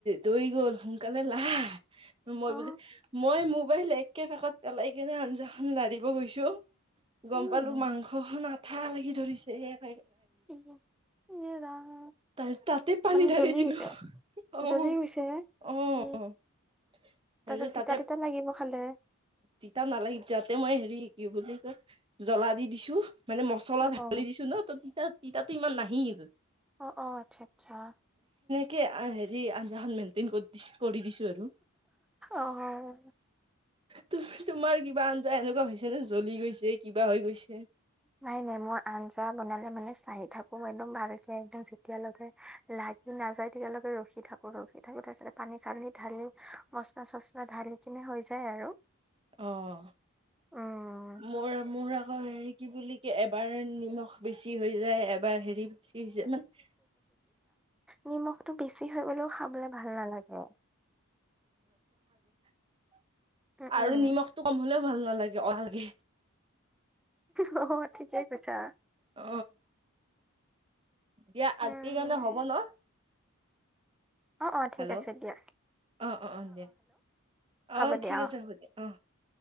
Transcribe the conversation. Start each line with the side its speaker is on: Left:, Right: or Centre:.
Right: দৈ গ'ল হেনো। কেনে নাই। মই
Centre: অ
Right: বোলে, মই মোবাইল এক একে পাকত পেলাই কিনে আঞ্জাখন লাৰিব গৈছো, গম
Centre: উম
Right: পালো মাংস খন আঠা লাগি ধৰিছে একে।
Centre: এ ৰাম
Right: তা তাতে পানী
Centre: মানে
Right: ঢালি
Centre: জ্বলি
Right: দিলো
Centre: গৈছে,
Right: অ
Centre: জ্বলি গৈছে।
Right: অ'
Centre: ই
Right: তাৰপিছত
Centre: তাৰপিছত
Right: তাতে
Centre: তিতা তিতা লাগিব খালে
Right: তিতা নালাগে তাতে মই হেৰি। কি-কি বুলি কয়, জ্বলা দি দিছো। মানে মছলা
Centre: অ
Right: ঢালি
Centre: অ
Right: দিছো ন, ত তিতা তিতাতো ইমান নাহিল।
Centre: অ', অ', আচ্ছা, আচ্ছা।
Right: কি <unintelligible> ই আঞ্জা খন মেন্তেইন কৰি <inaudible> কৰি দিছো আৰু।
Centre: অ',
Right: তুম, তোমাৰ কিবা যে এনেকুৱা হৈছে নে, জ্বলি গৈছে, কিবা হৈ গৈছে
Centre: নাই নাই মই আঞ্জা বনালে মানে চাই থাকো একদম ভালকে, একদম যেতিয়ালৈকে লাগি নাযায় তেতিয়ালৈকে ৰখি থাকো, ৰখি থাকো তাৰিছতে পানী চানি ঢালি মচলা-চচলা ঢালি কিনে হৈ যায় আৰু।
Right: অ',
Centre: উম
Right: মোৰ, মোৰ আকৌ হেৰি কি বুলি এবাৰ নিমখ বেছি হৈ যায়, এবাৰ হেৰি বেছি হৈ যায় মানে
Centre: নিমখ টো বেছি হৈ গ'লেও খাবলে ভাল নালাগে।
Right: <inaudible>
Centre: উম উম
Right: আৰু নিমখটো কম হ'লেও ভাল নালাগে। <inaudible>
Centre: নহয়, ঠিকেই কৈছা।
Right: অ। দিয়া
Centre: উম
Right: আজিৰ কাৰণে হ'ব ন?
Centre: অ', অ',
Right: হেল্ল',
Centre: ঠিক আছে দিয়া
Right: অ, অ, অ দিয়া। অ',
Centre: হ'ব দিয়া
Right: ঠিক আছে হ'ব দিয়া, অ।